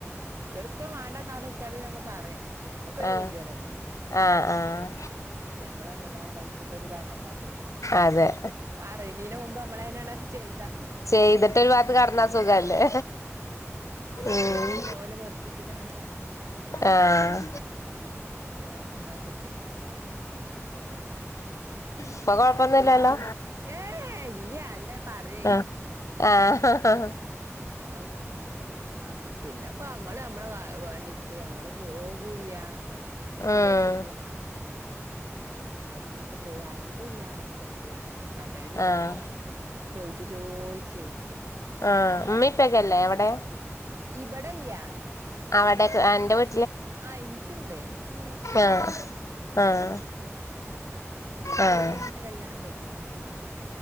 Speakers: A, on the right (about 60°); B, on the left (about 80°).
A: ഒക്കെ വേണ്ടാന്ന് അടെ ഇച്ചാളി എന്നൊക്കെ പറയും പക്ഷെ നമ്മക്കൊരു
B: ആഹ്
A: ഊർതിയടല്ലേ
B: ആഹ് ആഹ്
A: ഞമ്മളന്ന് കാണും മനുഷ്യർക്ക് ഇതാക്കണ്ടാച്ചിട്ടേ
B: അതെ
A: പറേണേനു മുമ്പ് നമ്മളയാനാണ് ചെയ്
B: ചെയ്തിട്ട് ഒരു ഭാത്ത് കിടന്നാ സുഖല്ലേ
A: മറ്റേത്
B: ഉം
A: പിന്നെ ഓലെ വെർപ്പിച്ച് കാണ്
B: ആഹ്
A: ആനാ കണ്ടാച്ച്
B: ഇപ്പൊ കൊഴപ്പൊന്നുമില്ലല്ലോ
A: ഏ ഇല്ല അല്ല പറയേ
B: ആ ആഹ്
A: അതെ അങ്ങനെ പിന്നെ അപ്പ നമ്മള് നമ്മള് വേണിടുത്ത് നമ്മള് പോകൂല്ല ആ നമുക്ക്
B: ഉം
A: ഉണ്ടോട്ത്ത് ഉണ്ട് എന്നെപ്പോലെ എങ്കിലൊക്കെ പോവെ അയക്കൂല്ല ഹസ്ബൻഡ് അതേനെ
B: ആഹ്
A: ചോയിച്ചു ചോയിച്ചേ
B: ആഹ് ഉമ്മി ഉപ്പെക്കെ അല്ലേ എവിടെ
A: ഇവിടില്ല
B: അവിടെ എന്റെ വീ
A: ആഹ് എനിക്കുണ്ട് <unintelligible>
B: ആഹ് ആഹ്
A: ആാരൊക്കെ ഉണ്ട്
B: ആഹ്
A: ഇവിടെ പിന്നെ എന്റെ കല്യാണം കഴിക്കുമ്പ തന്നെ ഇല്ല